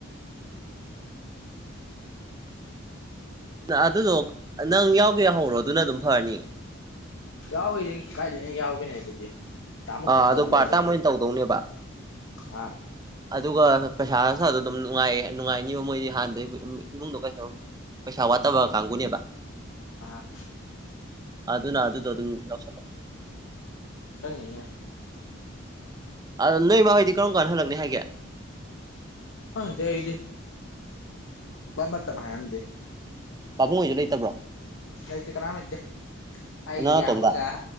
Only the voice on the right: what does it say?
ꯅ ꯑꯗꯨꯗꯣ ꯅꯪ ꯌꯥꯎꯒꯦ ꯌꯥꯎꯍꯧꯔꯣ ꯑꯗꯨꯅ ꯑꯗꯨꯝ ꯐꯔꯅꯤꯌꯦ
ꯑꯥ ꯑꯗꯣ
ꯄꯥꯔꯠ
ꯇꯥꯝ ꯑꯣꯏꯅ ꯇꯧꯗꯧꯅꯦꯕ
ꯑꯗꯨꯒ ꯄꯩꯁꯥꯁꯥꯗꯣ ꯑꯗꯨꯝ ꯅꯨꯡꯉꯥꯏ ꯅꯨꯡꯉꯥꯏꯅꯤꯕ ꯃꯣꯏꯗꯤ ꯅꯍꯥꯟꯗꯩ ꯏꯃꯨꯡꯗꯣꯑꯗꯨꯝ ꯄꯩꯁꯥ ꯋꯥꯠꯇꯕ ꯀꯥꯡꯕꯨꯅꯦꯕ
ꯑꯗꯨꯅ ꯑꯗꯨꯗꯣ ꯑꯗꯨꯝ ꯌꯥꯎꯁꯜꯂꯣ
ꯑꯗꯣ ꯅꯣꯏ ꯃꯥꯍꯣꯏꯗꯤ ꯀꯔꯟꯅ ꯍꯜꯂꯛꯅꯤ ꯍꯥꯏꯒꯦ
ꯄꯥꯕꯨꯡꯍꯣꯏꯁꯨ ꯂꯩꯇꯕ꯭ꯔꯣ
ꯅꯪ
ꯅꯇꯣꯝꯗ